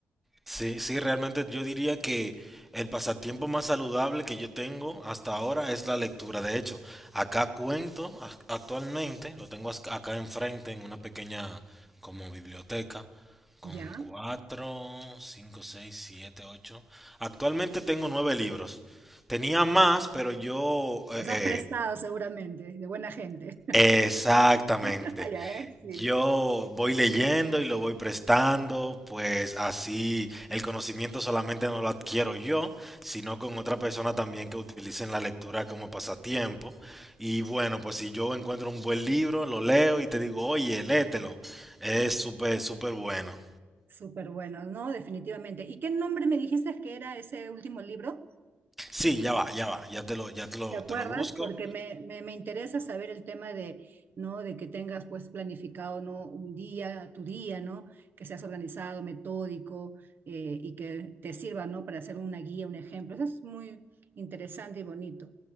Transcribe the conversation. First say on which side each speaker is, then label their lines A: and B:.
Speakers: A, in the centre; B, on the right.
A: Sí, sí, realmente yo diría que el pasatiempo más saludable que yo tengo hasta ahora es la lectura. De hecho, acá cuento ac- actualmente, lo tengo as- acá enfrente en una pequeña como biblioteca con
B: ¿ya?
A: cuatro, cinco, seis, siete, ocho. Actualmente tengo nueve libros. Tenía más, pero yo eh,
B: Los
A: eh,
B: has prestado seguramente, de buena gente.
A: Exactamente.
B: <laughs> Ya ves, sí.
A: Yo voy leyendo y lo voy prestando, pues así el conocimiento solamente no lo adquiero yo, sino con otra persona también que utilicen la lectura como pasatiempo. Y bueno, pues si yo encuentro un buen libro, lo leo y te digo, oye, léetelo. Es súper, súper bueno.
B: Súper bueno, ¿no? Definitivamente. ¿Y qué nombre me dijiste que era ese último libro?
A: Sí, ya va, ya va, ya te lo, ya te lo,
B: ¿Te acuerdas?
A: te lo busco.
B: Porque me, me, me interesa saber el tema de, ¿no? De que tengas pues planificado, ¿no? Un día, tu día, ¿no? Que seas organizado, metódico eh, y que te sirva, ¿no? Para hacer una guía, un ejemplo. Eso es muy interesante y bonito.